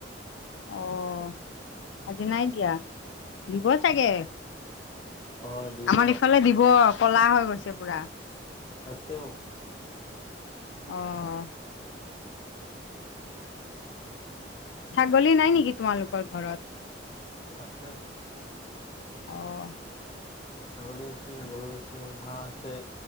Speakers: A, on the left (about 75°); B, on the left (about 30°).
A: অ', আজি নাই দিয়া। দিব চাগে,
B: অ দিব
A: আমাৰ ইফালে দিব কলা হৈ গৈছে পুৰা।
B: আতেওঁ।
A: অ', অ' ছাগলী নাই নেকি তোমালোকৰ ঘৰত?
B: চ আছে।
A: অহ।
B: ছাগলী আছে, গৰু আছে, হাঁহ আছে,